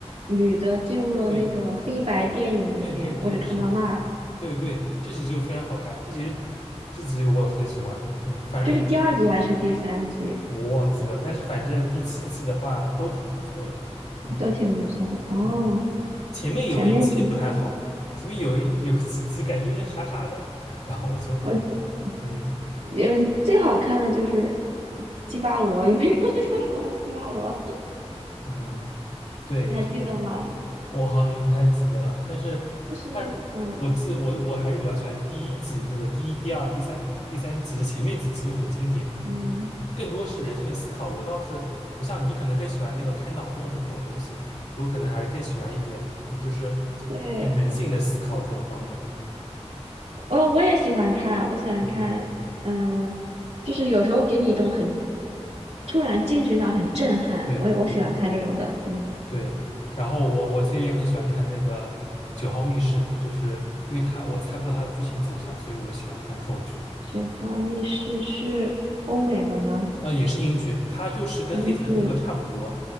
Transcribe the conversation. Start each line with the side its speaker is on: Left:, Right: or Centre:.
Right: 女的进入了那个黑白电影里面，
Left: 对，第对对对，
Right: 我只看到那儿。
Left: 是的，对对，这集就非常好看，这集是这集我很喜欢，嗯，反正这个
Right: 这是第二集还是第三集？
Left: 我忘记了，但是反正第七季的话都挺不错的，嗯
Right: 都挺不错的哦。
Left: 嗯。前面有一季不太好，
Right: 前面几集
Left: 前面有一有几季感觉有点傻傻的，然后我就
Right: 我
Left: 嗯
Right: 嗯最好看的就是基巴罗，有一个 <laughs> 叫什么基巴罗？
Left: 嗯，对，
Right: 你还记得吗？
Left: 就我好像也不太记得了，但是但是我记得我我还是比较喜欢第一季那个第一、
Right: 就是嗯
Left: 第二、第三、第三季，这前面几季就很经典，
Right: 嗯，
Left: 嗯，更多是人性的思考。我倒是不像你，可能更喜欢那个开脑洞的这种东西，我可能还是更喜欢一点，嗯，就是
Right: 对，
Left: 人性的思考这种方面。
Right: 哦，我也喜欢看，我喜欢看，
Left: 嗯，
Right: 嗯，就是有时候给你一种很突然精神上很震撼，
Left: 对对。
Right: 我也我喜欢看这种的，嗯，
Left: 对，然后我我其实也很喜欢看那个《九号密室》，就是因为它我猜不到它的剧情走向，所以我喜欢看这种剧。
Right: 《雪花密室》是欧美的吗？
Left: 啊、也是英剧，它就是跟《黑镜》的风格差不多，
Right: 英剧？